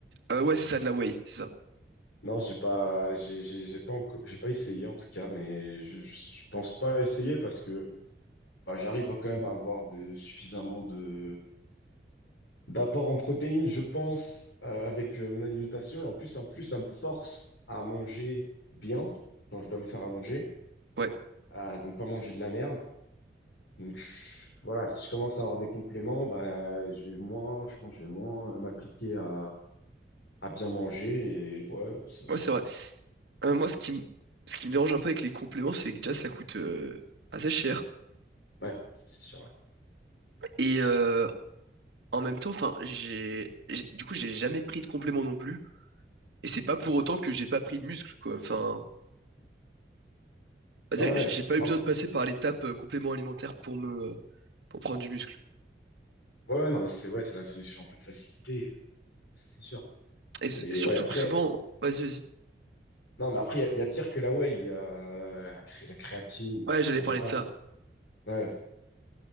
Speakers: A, on the right (about 75°); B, on the left (about 80°).
A: Euh, ouais, c'est ça, de la whey, c'est ça.
B: Non, j'ai pas, j'ai j'ai- j'ai pas encore, j'ai pas essayé en tout cas, mais je, je, je pense pas essayer parce que bah, j'arrive quand même à avoir de, suffisamment de d'apport en protéines, je pense, euh, avec euh, mon alimentation. Et en plus, en plus, ça me force à manger bien quand je dois me faire à manger,
A: Ouais,
B: euh, donc pas manger de la merde. Donc je- voilà, si je commence à avoir des compléments, bah, je vais moins, je pense, que je vais moins euh, m'appliquer à, à bien manger et ouais, ce, ce-
A: ouais, c'est
B: ouais,
A: vrai. Euh, moi, ce qui, me- ce qui me dérange un peu avec les compléments, c'est que déjà ça coûte euh, assez cher.
B: ça c'est sûr. ouais.
A: Et euh, en même temps, enfin, j'ai, j'ai- du coup, j'ai jamais pris de compléments non plus. Et c'est pas pour autant que j'ai pas pris de muscle, quoi. Enfin, on
B: Ouais,
A: va
B: ouais.
A: dire que j'ai pas eu
B: Non,
A: besoin de passer par l'étape euh, complément alimentaire pour me, pour prendre du muscle.
B: ouais, ouais, non, mais c'est ouais, c'est la solution un peu de facilité, euh, c'est sûr.
A: Et s-
B: Mais
A: surtout
B: ouais, après,
A: que souvent, vas-y, vas-y.
B: non, mais après, il y, a il y a pire que la whey, il y a la, cré- la créatine, des trucs
A: Ouais, j'allais
B: comme
A: parler
B: ça.
A: de ça.
B: Ouais.